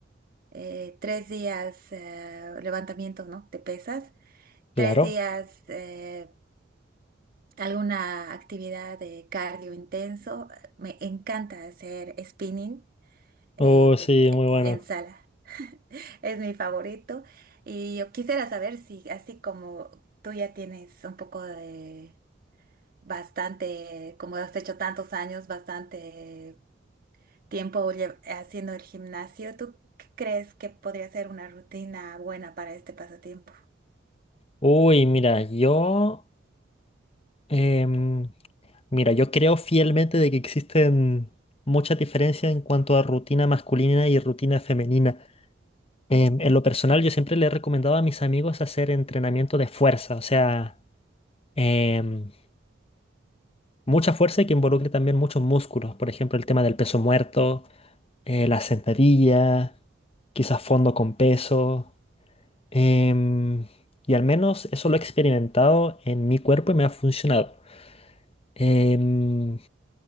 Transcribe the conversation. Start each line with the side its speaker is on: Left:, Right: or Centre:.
Right: eh, tres días eh, levantamiento, ¿no? de pesas, tres
Left: Claro.
Right: días eh, alguna actividad de cardio intenso. Me encanta hacer spinning eh,
Left: Oh, sí,
Right: en,
Left: muy bueno.
Right: en sala, es mi favorito. Y yo quisiera saber si, así como tú ya tienes un poco de bastante, como has hecho tantos años, bastante tiempo lle- haciendo el gimnasio, ¿tú crees que podría ser una rutina buena para este pasatiempo?
Left: Uy, mira, yo... em, Mira, yo creo fielmente de que existen muchas diferencias en cuanto a rutina masculina y rutina femenina. Em, en lo personal, yo siempre le he recomendado a mis amigos hacer entrenamiento de fuerza, o sea, em, mucha fuerza y que involucre también muchos músculos. Por ejemplo, el tema del peso muerto, eh, la sentadilla, quizás fondo con peso. em, y al menos eso lo he experimentado en mi cuerpo y me ha funcionado. Em,